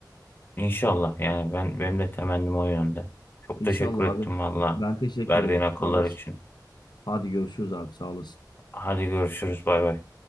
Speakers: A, on the left (about 30°); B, on the left (about 75°).
A: İnşallah yani ben benim de temennim o yönde. Çok
B: İnşallah
A: teşekkür ettim
B: abi.
A: valla
B: Ben teşekkür
A: verdiğin
B: ederim.
A: akıllar
B: Sağ olasın.
A: için.
B: Hadi görüşürüz abi. Sağ olasın.
A: Hadi görüşürüz bay bay.